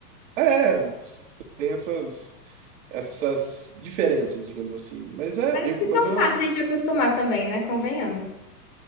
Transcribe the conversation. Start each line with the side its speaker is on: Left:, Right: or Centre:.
Right: é, tem essas, essas diferenças, digamos assim. Mas é,
Left: Mas
Right: eu,
Left: que
Right: mas
Left: são
Right: eu
Left: fáceis de acostumar também, né? Convenhamos.